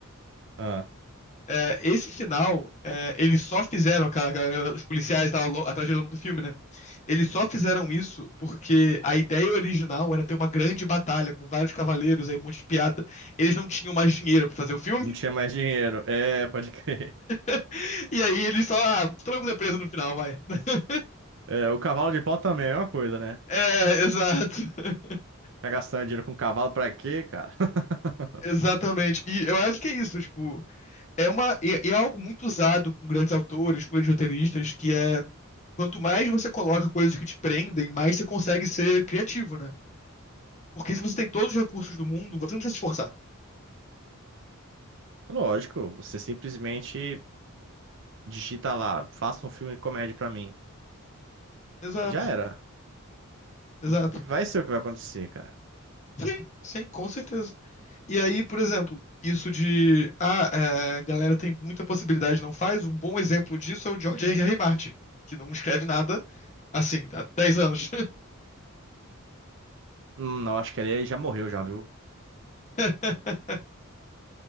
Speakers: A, on the right (about 60°); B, on the left (about 35°).
A: Ah,
B: É, esse final, é, eles só fizeram, aquela galera, os policiais estavam atrás de longo do filme, né? Eles só fizeram isso porque a ideia original era ter uma grande batalha com vários cavaleiros, aí um monte de piada. Eles não tinham mais dinheiro pra fazer o filme.
A: não tinha mais dinheiro. É, pode crer.
B: <laughs> E aí eles só. Ah, todo mundo é preso no final, vai. <laughs>
A: É, o cavalo de pau também é a mesma coisa, né?
B: É, exato. <laughs>
A: Ficar gastando dinheiro com cavalo pra quê, cara? <laughs>
B: Exatamente. E eu acho que é isso, tipo. É, uma, é, é algo muito usado com grandes autores, com grandes roteiristas, que é. Quanto mais você coloca coisas que te prendem, mais você consegue ser criativo, né? Porque se você tem todos os recursos do mundo, você não precisa se esforçar.
A: Lógico, você simplesmente digita lá, faça um filme de comédia pra mim.
B: Exato,
A: E já era.
B: exato.
A: E vai ser o que vai acontecer, cara.
B: Sim, sim, com certeza. E aí, por exemplo, isso de ah, é, a galera tem muita possibilidade, não faz. Um bom exemplo disso é o George R.R. Martin, que não escreve nada assim, há 10 anos.
A: Hum, eu acho que ele já morreu já, viu?
B: <laughs>